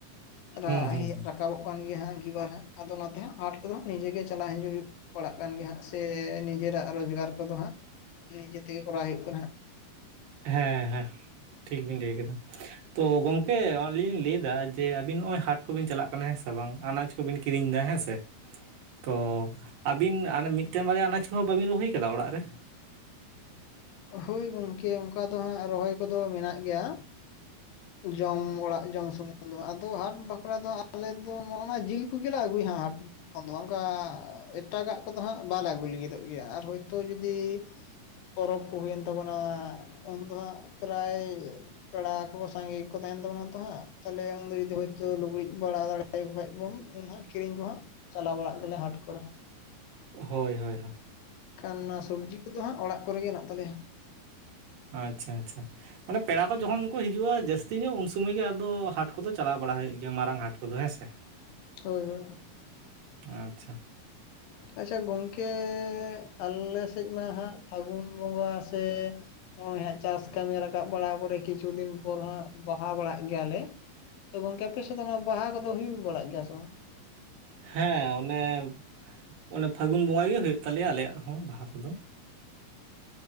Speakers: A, on the left (about 75°); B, on the right (about 70°).
A: ᱨᱟᱜ
B: ᱦᱩᱸ ᱦᱩᱸ
A: ᱦᱮ
B: ᱦᱩᱸ
A: ᱨᱟᱠᱟᱵᱚᱜ ᱠᱟᱱ ᱜᱮᱭᱟ ᱦᱟᱸᱜ ᱟᱹᱝᱜᱤᱵᱟᱨ ᱦᱟᱸᱜ ᱟᱫᱚ ᱚᱱᱟᱛᱮ ᱦᱟᱸᱜ ᱦᱟᱴ ᱠᱚᱫᱚ ᱱᱤᱡᱮ ᱜᱮ ᱪᱟᱞᱟᱜ ᱦᱤᱡᱩᱜ ᱦᱩᱭᱩᱜᱼᱼ ᱯᱟᱲᱟᱜ ᱠᱟᱱ ᱜᱮᱭᱟ ᱦᱟᱸᱜ ᱥᱮ ᱱᱤᱡᱮᱨᱟᱜ ᱨᱚᱡᱽᱜᱟᱨ ᱠᱚᱫᱚ ᱦᱟᱸᱜ ᱱᱤᱡᱮ ᱛᱮᱜᱮ ᱠᱚᱨᱟᱣ ᱦᱩᱭᱩᱜ ᱠᱟᱱᱟ ᱦᱟᱸᱜ᱾
B: ᱦᱮᱸ ᱦᱮᱸ ᱴᱷᱤᱠ ᱵᱤᱱ ᱞᱟᱹᱭ ᱠᱟᱫᱟ᱾ ᱛᱚ ᱜᱚᱢᱠᱮ ᱚᱱᱮ ᱞᱤᱧ ᱞᱟᱹᱭ ᱫᱟ ᱡᱮ ᱟᱹᱵᱤᱱ ᱱᱚᱜ-ᱚᱭ ᱦᱟᱴ ᱠᱩᱵᱤᱱ ᱪᱟᱞᱟᱜ ᱠᱟᱱᱟ ᱦᱮᱸᱥᱮ ᱵᱟᱝ ᱟᱱᱟᱡᱽᱼᱼ ᱠᱚ ᱵᱤᱱ ᱠᱤᱨᱤᱧ ᱫᱟ ᱦᱮᱸ ᱥᱮ᱾ ᱛᱚ ᱟᱵᱤᱱ ᱟᱱᱟ ᱢᱤᱫᱴᱮᱱ ᱵᱟᱨᱭᱟ ᱟᱱᱟᱡᱽ ᱠᱚᱦᱚᱸ ᱵᱟᱹᱵᱤᱱ ᱨᱚᱦᱚᱭ ᱠᱟᱫᱟ ᱚᱲᱟᱜ ᱨᱮ?
A: ᱦᱳᱭ ᱜᱚᱝᱠᱮ ᱚᱱᱠᱟ ᱫᱚ ᱦᱟᱸᱜ ᱨᱚᱦᱚᱭ ᱠᱚᱫᱚ ᱢᱮᱱᱟᱜ ᱜᱮᱭᱟ᱾ ᱡᱚᱢ ᱚᱲᱟᱜ ᱡᱚᱢ ᱥᱩᱢᱩᱝ ᱫᱚ ᱦᱟᱸᱜ ᱟᱫᱚ ᱦᱟᱴ ᱵᱟᱠᱷᱨᱟ ᱫᱚ ᱟᱞᱮ ᱫᱚ ᱱᱚᱜ-ᱚ ᱱᱚᱣᱟ ᱡᱤᱞ ᱠᱚᱜᱮ ᱞᱮ ᱟᱹᱜᱩᱭᱟ ᱦᱟᱴ ᱼᱼ ᱠᱷᱚᱱ ᱫᱚ ᱦᱟᱸᱜ ᱚᱱᱠᱟ ᱮᱴᱟᱜᱟᱜ ᱠᱚᱫᱚ ᱦᱟᱸᱜ ᱵᱟᱞᱮ ᱟᱜᱩ ᱞᱟᱹᱜᱤᱫᱚᱜ ᱜᱮᱭᱟ ᱟᱨ ᱦᱚᱭᱛᱳ ᱡᱩᱫᱤᱼᱼ ᱯᱚᱨᱚᱵᱽ ᱠᱚ ᱦᱩᱭᱮᱱ ᱛᱟᱵᱚᱱᱟ ᱩᱱᱫᱚ ᱦᱟᱸᱜ ᱯᱨᱟᱭᱼᱼ ᱯᱮᱲᱟ ᱠᱚ ᱥᱟᱸᱜᱮ ᱜᱮ ᱠᱚ ᱛᱟᱦᱮᱱ ᱛᱟᱵᱚᱱᱟ ᱛᱚ ᱦᱟᱸᱜ ᱛᱟᱦᱮᱞᱮ ᱩᱱ ᱜᱷᱟᱹᱲᱤᱡ ᱫᱚ ᱡᱩᱫᱤ ᱦᱳᱭᱛᱳ ᱞᱩᱜᱽᱲᱤᱡ ᱵᱟᱲᱟ ᱫᱟᱲᱮᱼᱼ ᱟᱜᱩᱭ ᱠᱷᱟᱡ ᱵᱚᱱ ᱩᱱ ᱦᱟᱸᱜ ᱠᱤᱨᱤᱧ ᱫᱚ ᱦᱟᱸᱜᱼᱼ ᱪᱟᱞᱟᱣ ᱵᱟᱲᱟᱜ ᱜᱮᱞᱮ ᱦᱟᱴ ᱠᱚᱨᱮ ᱦᱟᱸᱜ,
B: ᱦᱳᱭ ᱦᱳᱭ
A: ᱠᱷᱟᱱ ᱱᱟᱼᱼ ᱥᱚᱵᱽᱡᱤ ᱠᱚᱫᱚ ᱦᱟᱸᱜ ᱚᱲᱟᱜ ᱠᱚᱨᱮ ᱜᱮ ᱦᱮᱱᱟᱜ ᱛᱟᱞᱮᱭᱟ᱾
B: ᱟᱪᱪᱷᱟ ᱟᱪᱪᱷᱟ ᱾ ᱢᱟᱱᱮ ᱯᱮᱲᱟ ᱠᱚ ᱡᱚᱠᱷᱚᱱ ᱠᱚ ᱦᱤᱡᱩᱜ-ᱟ ᱡᱟᱹᱥᱛᱤ ᱧᱚᱜ ᱩᱱ ᱥᱩᱢᱟᱹᱭ ᱜᱮ ᱟᱫᱚ ᱦᱟᱴ ᱠᱚᱫᱚ ᱪᱟᱞᱟᱣ ᱵᱟᱲᱟ ᱦᱩᱭᱩᱜ ᱜᱮᱭᱟ ᱢᱟᱨᱟᱝ ᱦᱟᱴ ᱠᱚᱫᱚ ᱦᱮᱸ ᱥᱮ᱾ <unintelligible> ᱼᱼ
A: ᱦᱳᱭ ᱦᱳᱭ᱾
B: ᱟᱪᱪᱷᱟ᱾
A: ᱟᱪᱪᱷᱟ ᱜᱚᱝᱠᱮ ᱟᱞᱮ ᱥᱮᱫ ᱢᱟ ᱦᱟᱸᱜ ᱯᱷᱟᱹᱜᱩᱱ ᱵᱚᱸᱜᱟ ᱥᱮᱼᱼ ᱱᱚᱜᱼᱚᱭ ᱦᱟᱸᱜ ᱪᱟᱥ ᱠᱟᱹᱢᱤ ᱨᱟᱠᱟᱵ ᱵᱟᱲᱟ ᱯᱚᱨᱮ ᱠᱤᱪᱷᱩ ᱫᱤᱱ ᱯᱚᱨ ᱦᱟᱸᱜ ᱵᱟᱦᱟ ᱵᱟᱲᱟᱜ ᱜᱮᱭᱟᱞᱮᱼᱼ ᱛᱚ ᱜᱚᱝᱠᱮ ᱟᱯᱮ ᱥᱮᱫ ᱫᱚ ᱚᱱᱟ ᱵᱟᱦᱟ ᱠᱚᱫᱚ ᱦᱩᱭ ᱵᱟᱲᱟᱜ ᱜᱮᱭᱟ ᱥᱮ ᱵᱟᱝ?
B: ᱦᱮᱸ <unintelligible> ᱚᱱᱮ ᱯᱷᱟᱹᱜᱩᱱ ᱵᱚᱸᱜᱟ ᱜᱮ ᱦᱩᱭᱩᱜ ᱛᱟᱞᱮᱭᱟ ᱟᱞᱮᱭᱟᱜ ᱦᱚᱸ ᱵᱟᱦᱟ ᱠᱚᱫᱚ᱾ <unintelligible> ᱼᱼ